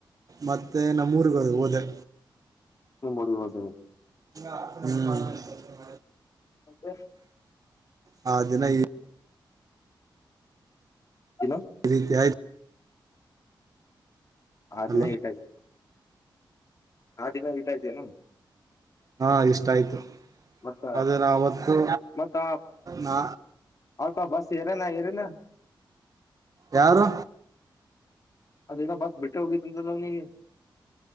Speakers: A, on the right; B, on the left.
A: ಮತ್ತೆ ನಮ್ಮೂರಿಗೆ ಹೋದ ಹೋದೆ.
B: ಹ ಬಸ
A: ಹ
B: ಅಂದ
A: ಹ ದಿನ ಈ
B: ಇ
A: ಈ ರೀತಿ ಆ
B: ಅದುದ
A: ಅಲ್ಲ
B: ಟ ಆ ದಿನ ಇಟಾಯ್ತೇನು?
A: ಹಾ ಇಷ್ಟ ಆಯ್ತು.
B: ಮತ್ತ
A: ಆದ್ರೆ ಅವತ್ತು
B: ಮತ್ತ
A: ನಾ
B: ಹ ಬಸ್ ಹರ ನ ಹರನ
A: ಯಾರು?
B: ಅದೇನೋ ಬಸ್ ಬಟ್ಟಿರ ಹೋಗು ನೀ.